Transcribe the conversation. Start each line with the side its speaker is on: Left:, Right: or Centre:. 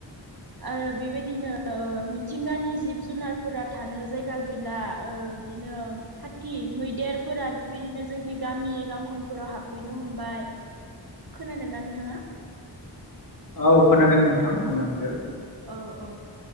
Right: आरो बेबायदिनो मिथिंगानि जिब जुनारफोरा थानो जायगा गैला ओ ओ बिदिनो हाथि मैदेरफोरा बिबादिनो जोंनि गामि गंखो खनफोराव हाबफैनो हमबाय खोनादोंना नोंथाङा?
Left: औ खोनादों नोंथां बुंलांदो।
Right: औ औ